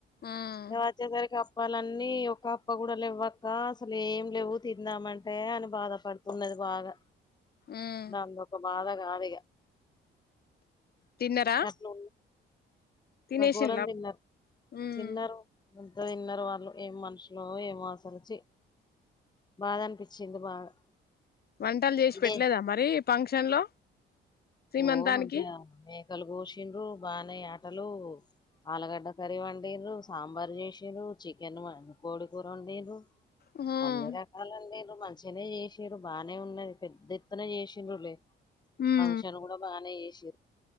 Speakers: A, on the left; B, on the left.
A: ఉమ్
B: వచ్చేసరికి వాళ్ళన్నీ ఒక అప్ప కూడా లేవ్వక్క అసలు ఏం లేవు తిన్నామంటే అని బాధ పడుతున్నది బాగా
A: ఉమ్
B: దాంది ఒక బాధ కాదు ఇగ
A: తిన్నరా
B: నట్లు
A: తినేసిన్లా
B: ఘోర తిన్నరు
A: ఉమ్
B: తిన్నరు ఎంత తిన్నరు వాళ్ళు ఏం మనుషులో ఏమో అసలు చి బాధనిపిచ్చిన్ది బాగా
A: వంటలు చేసి
B: ఇదే
A: పెట్టలేదా మరి ఫంక్షన్ లో శ్రీమంతానికి
B: ఓ మంచిగా మేకలు కోశిండ్రు బానే ఆటలు ఆలుగడ్డ కర్రీ వండిర్రు సాంబార్ చేసిర్రు చికెన్ వన్ కోడి కూర వండింర్రు
A: ఉమ్
B: అన్ని రకాలండి మంచిగానే చేసిర్రు బానే ఉన్నది పెద్ద ఎత్తున చేసండ్రులే
A: ఉమ్
B: ఫంక్షన్ కూడా బానే చేస్సిర్రు